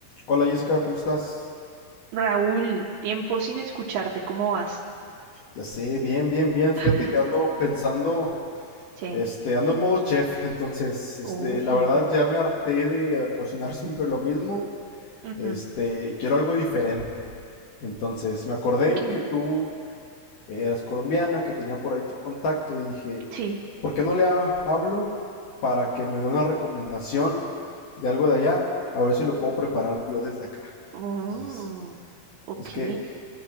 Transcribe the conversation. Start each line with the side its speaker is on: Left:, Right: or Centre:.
Left: Hola Jessica, ¿cómo estás?
Right: Raúl, tiempo sin escucharte, ¿cómo vas?
Left: Ya sé, bien, bien, bien. Fíjate
Right: <laughs>
Left: que ando pensando,
Right: Sí.
Left: este, ando en modo chef, entonces, este,
Right: Uy.
Left: la verdad ya me harté de eh, cocinar <laughs> siempre lo mismo.
Right: ujú,
Left: Este, quiero algo diferente. Entonces, me acordé
Right: Ok.
Left: que tú eh, eras colombiana, que tenía por ahí tu contacto y dije,
Right: Sí.
Left: ¿por qué no le ha- hablo para que me dé una recomendación de algo de allá? A ver si lo puedo preparar yo desde acá.
Right: Oh,
Left: Entonces,
Right: ok.
Left: pues, ¿qué, qué,